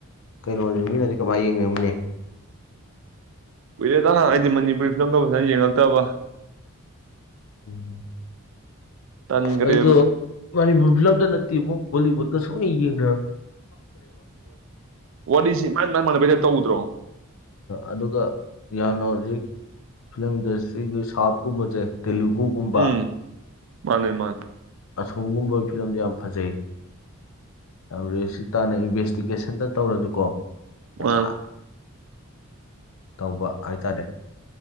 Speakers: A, on the left (about 65°); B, on the right (about 60°).
A: ꯀꯩꯅꯣꯅꯤ ꯃꯤꯅꯗꯤ ꯀꯃꯥꯏꯅ ꯌꯦꯡꯅꯤꯡꯕꯅꯦ
B: ꯀꯨꯏꯔꯦ ꯅꯍꯥꯟ ꯑꯩꯗꯤ ꯃꯅꯤꯄꯨꯔꯤ ꯐꯤꯂꯝꯒꯁꯤꯅ ꯌꯦꯡꯉꯛꯇꯕ
A: ꯎꯝ
B: ꯇꯟꯈ꯭ꯔꯦꯕ
A: ꯑꯩ ꯗꯣ ꯃꯅꯤꯄꯨꯔ ꯐꯤꯂꯝꯗ ꯅꯠꯇꯦꯕꯨ ꯣꯂꯤꯋꯨꯠ ꯁꯣꯅꯤ ꯌꯦꯡꯒ
B: ꯋꯥꯁꯤꯥꯏ ꯇꯧꯗ꯭ꯔꯣ
A: ꯑꯗꯨꯒ ꯌꯥꯝꯅ ꯍꯧꯖꯤꯛ ꯐꯤꯂꯝ ꯏꯟꯗꯁꯇ꯭ꯔꯤꯒꯤ ꯁꯥꯎꯠꯀꯨꯝꯕꯁꯦ ꯇꯦꯂꯨꯒꯨꯒꯨꯝꯕ
B: ꯎꯝ ꯃꯥꯅꯦ ꯃꯥꯅꯦ
A: ꯑꯁꯣꯝꯒꯨꯝꯕ ꯐꯤꯂꯝꯁꯦ ꯌꯥꯝ ꯐꯖꯩ ꯌꯥꯝ ꯔꯤꯁꯤ ꯇꯥꯅ ꯏꯟꯚꯦꯁꯇꯤꯒꯦꯁꯟꯗ ꯇꯧꯔꯁꯨꯀꯣ ꯌꯥꯝ
B: ꯃꯥꯅꯦ
A: ꯇꯧꯕ ꯍꯥꯏꯇꯥꯔꯦ